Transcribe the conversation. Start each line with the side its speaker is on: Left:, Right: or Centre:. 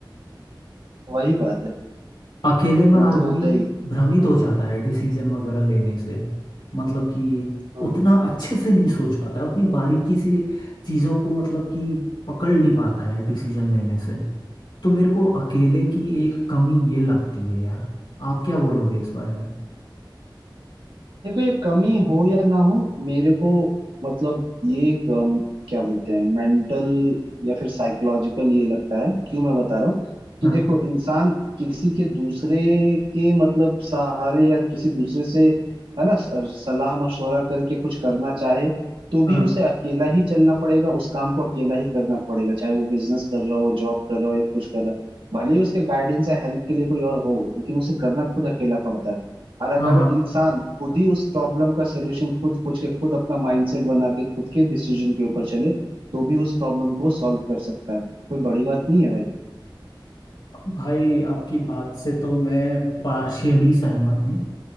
Right: वही बात है
Left: अकेले में
Right: वो
Left: आदमी
Right: तो होता ही
Left: भ्रमित हो जाता है डिसीजन वगैरह लेने से मतलब कि
Right: हम्म
Left: उतना अच्छे से नहीं सोच पाता है उतनी बारीकी से चीज़ों को मतलब कि पकड़ नहीं पाता है डिसीजन लेने से तो मेरे को अकेले की एक कमी ये लगती है यार आप क्या बोलोगे इस बारे में
Right: देखो ये कमी हो या ना हो मेरे को मतलब ये एक, अम, क्या बोलते हैं मेंटल या फिर साइकोलॉजिकल ये लगता है क्यों मैं बता रहा हूँ
Left: हाँ
Right: कि देखो इंसान किसी के दूसरे के मतलब सहारे या किसी दूसरे से है ना स- सलाह मशवरा करके कुछ करना चाहे तो भी
Left: हाँ
Right: उसे अकेला ही चलना पड़ेगा उस काम को अकेला ही करना पड़ेगा चाहे वो बिजनेस कर रहा हो जॉब कर रहा हो या कुछ कर रहा हो भले ही उसके गाइडेंस या हेल्प के लिए कोई और हो लेकिन उसे करना खुद अकेला पड़ता है और अगर
Left: हाँ हाँ
Right: इंसान खुद ही उस प्रॉब्लम का सोल्यूशन खुद खोज के खुद अपना माइंडसेट बना के खुद के डिसीजन के ऊपर चले तो भी उस प्रॉब्लम को सॉल्व कर सकता है कोई बड़ी बात नहीं है भाई
Left: भाई आपकी बात से तो मैं पार्शियली सहमत हूँ